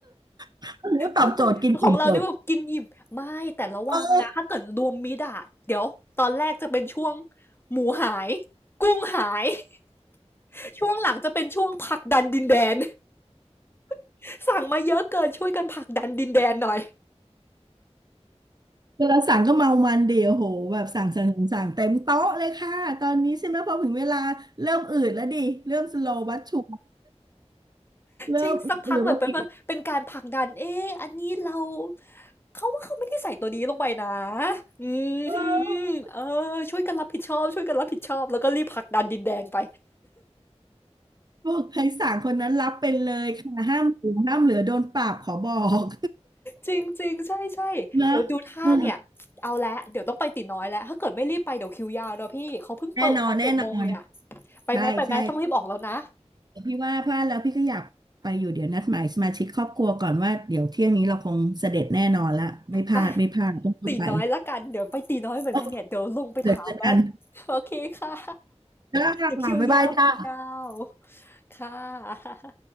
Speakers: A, on the right; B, on the left.
A: <laughs> หรือว่าตอบโจทย์กินอิ่มจบ
B: บางคนของเรานี่แบบกินอิ่ม ไม่แต่ระวังนะถ้าเกิดรวมมิตรอะเดี๋ยวตอนแรกจะเป็นช่วง
A: เออ
B: หมูหายกุ้งหาย <laughs> ช่วงหลังจะเป็นช่วงผลักดันดินแดน <laughs> สั่งมาเยอะเกินช่วยกันผลักดันดินแดนหน่อย
A: เวลาสั่งก็เมามันเดียวโหแบบสั่งสั่งสั่งสั่งเต็มโต๊ะเลยค่ะ ตอนนี้ใช่ไหมพอถึงเวลาเริ่มอืดแล้วดิ เริ่มสโลว์บัสชูเริ่มอืดๆแล้วกิน
B: จริงสักพักแบบเป็นว่าเป็นการผลักดันเอ๊ะอันนี้เราเขาว่าเขาไม่ได้ใส่ตัวนี้ลงไปนะอื
A: เออ
B: มเออช่วยกันรับผิดชอบช่วยกันรับผิดชอบแล้วก็รีบผลักดันดินแดนไป
A: บอกใครสั่งคนนั้นรับเป็นเลยค่ะห้ามเหลือห้ามเหลือโดนปรับขอบอก
B: จริงจริงใช่ใช่เดี๋ยวดูท่าอืเนี่ยมเอาละเดี๋ยวต้องไปตีน้อยแล้วถ้าเกิดไม่รีบไปเดี๋ยวคิวยาวเนอะพี่เขาเพิ่งเปิดตอนเจ็ดโมงเนี่ย
A: <laughs> นะเออแน่นอนแน่นอน
B: ไปไหมไปไหมใช่ต้องรีบออกแล้วนะ
A: ใช่ใช่ พี่ว่าพลาดแล้วพี่ก็อยากไปอยู่เดี๋ยวนัดหมายสมาชิกครอบครัวก่อนว่าเดี๋ยวเที่ยงนี้เราคงเสด็จแน่นอนละไม่พลาดไม่พลาดต้องรีบไป
B: ไปตีน้อยละกันเดี๋ยวไปตีน้อยเหมือนกันเนี่ยเดี๋ยวลงไปถามแล้ว
A: โอเคเดี๋ยวเจอกัน
B: โอเคค่ะ
A: จ้า
B: เดี๋ยวคิวยาวคิวยาว
A: บ๊ายบายจ้า
B: ค่ะ